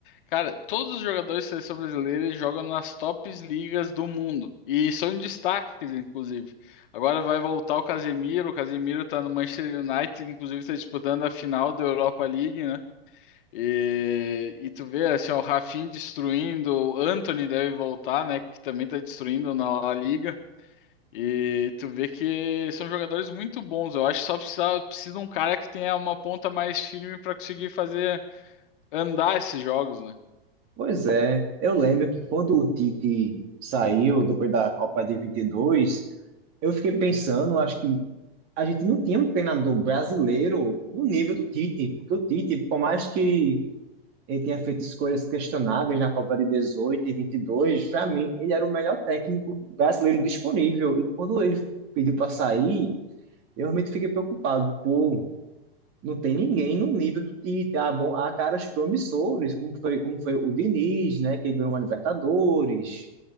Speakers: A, on the left; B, on the right.
A: Cara, todos os jogadores de seleção brasileira eles jogam nas tops ligas do mundo e são destaques, inclusive. Agora vai voltar o Casemiro, o Casemiro tá no Manchester United, inclusive tá disputando a final da Europa League, né? E, e tu vê assim, ó, o Rafinha destruindo, o Antony deve voltar, né? Que também tá destruindo na La Liga. E tu vê que são jogadores muito bons. Eu acho que só precisa, precisa de um cara que tenha uma ponta mais firme para conseguir fazer andar esses jogos, né?
B: Pois é, eu lembro que quando o Tite saiu depois da Copa de 22, eu fiquei pensando, acho que a gente não tinha um treinador brasileiro no nível do Tite, porque o Tite, por mais que Ele tinha feito escolhas questionáveis na Copa de 18 e 22. Para mim, ele era o melhor técnico brasileiro disponível. E quando ele pediu para sair, eu realmente fiquei preocupado. Pô, não tem ninguém no nível do Tite. Ah, bom, há caras promissores, como foi, como foi o Diniz, né, que ganhou uma Libertadores.